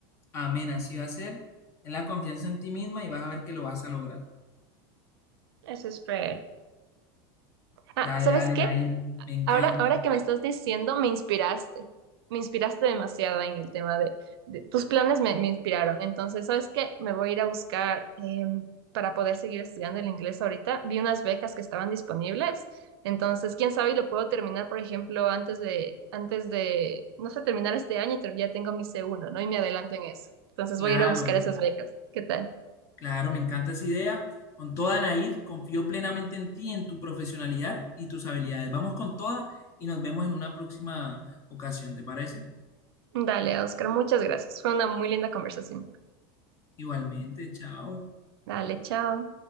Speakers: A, on the left (about 20°); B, on the right (about 85°).
A: Amén, así va a ser. Ten la confianza en ti misma y vas a ver que lo vas a lograr.
B: Eso es súper. Ah,
A: Dale,
B: ¿sabes
A: dale,
B: qué?
A: Nair, me encanta.
B: Ahora, ahora que me estás diciendo, me inspiraste. Me inspiraste demasiado en el tema de, de- tus planes me, me inspiraron. Entonces, ¿sabes qué? Me voy a ir a buscar em, para poder seguir estudiando el inglés ahorita. Vi unas becas que estaban disponibles. Entonces, quién sabe, y lo puedo terminar, por ejemplo, antes de, antes de, no sé, terminar este año y ter- ya tengo mi c uno. ¿no? Y me adelanto en eso. Entonces,
A: Claro.
B: voy a ir a buscar esas becas. ¿Qué tal?
A: Claro, me encanta esa idea. Con toda, Nair, confío plenamente en ti, en tu profesionalidad y tus habilidades. Vamos con toda y nos vemos en una próxima ocasión, ¿te parece?
B: Dale, Oscar, muchas gracias. Fue una muy linda conversación.
A: Igualmente, chao.
B: Dale, chao.